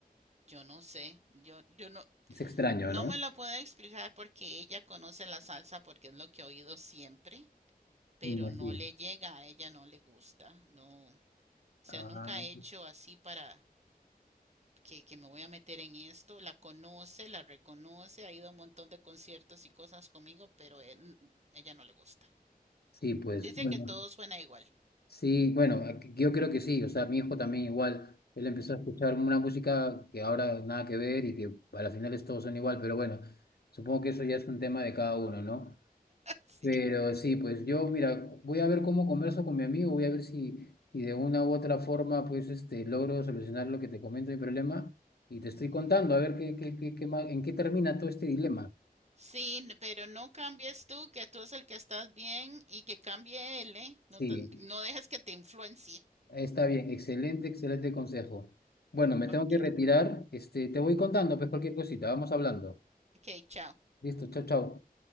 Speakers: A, on the right; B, on the left.
A: Yo no sé, yo, yo no,
B: Es extraño,
A: no
B: ¿no?
A: me lo puedo explicar porque ella conoce la salsa porque es lo que ha oído siempre, pero
B: Y no así.
A: no le llega, a ella no le gusta, no, o sea,
B: Ah,
A: nunca he hecho así para que, que me voy a meter en esto, la conoce, la reconoce, ha ido a un montón de conciertos y cosas conmigo, pero eh, n- ella no le gusta.
B: sí, pues
A: Dice
B: bueno,
A: que todo suena igual.
B: sí, bueno, aquí- yo creo que sí, o sea, mi hijo también igual, él empezó a escuchar una música que ahora nada que ver y que a las finales todos son igual, pero bueno, supongo que eso ya es un tema de cada uno, ¿no?
A: Sí.
B: Pero sí, pues yo, mira, voy a ver cómo converso con mi amigo, voy a ver si, si de una u otra forma, pues, este, logro solucionar lo que te comento, mi problema, y te estoy
A: Ujú.
B: contando, a ver qué, qué, qué, qué más- en qué termina todo este dilema.
A: Sí, n- pero no cambies tú, que tú es el que estás bien y que cambie él, ¿eh? No,
B: Sí.
A: te- no dejes que te influencie.
B: Está bien, excelente, excelente consejo. Bueno, me tengo
A: Ok.
B: que retirar. Este, te voy contando, pues cualquier cosita, vamos hablando.
A: Ok, chao.
B: Listo, chao, chao.